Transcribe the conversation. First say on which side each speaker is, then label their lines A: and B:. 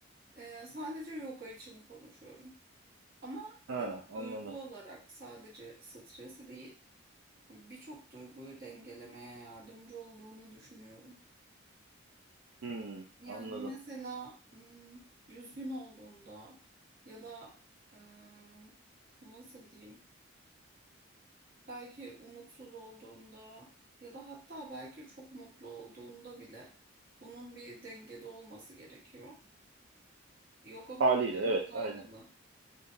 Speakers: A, on the right; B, on the right.
A: Ee, sadece yoga için konuşuyorum. Ama
B: Ha, anladım.
A: duygu olarak sadece stresi değil, birçok duyguyu dengelemeye yardımcı olduğunu düşünüyorum.
B: Hmm,
A: Yani
B: anladım.
A: mesela hmm, üzgün olduğunda ya da eee, nasıl diyeyim, belki umutsuz olduğunda ya da hatta belki çok mutlu olduğunda bile bunun bir dengede olması gerekiyor. Yoga
B: Haliyle
A: bunun için
B: evet,
A: faydalı
B: aynen.